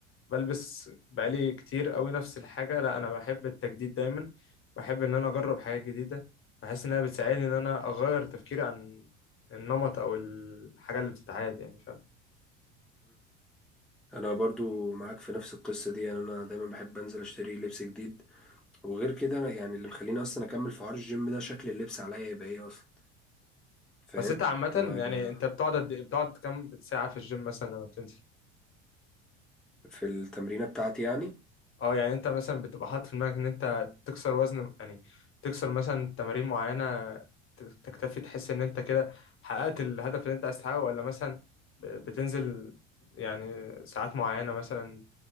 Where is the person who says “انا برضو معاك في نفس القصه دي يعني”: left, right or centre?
Centre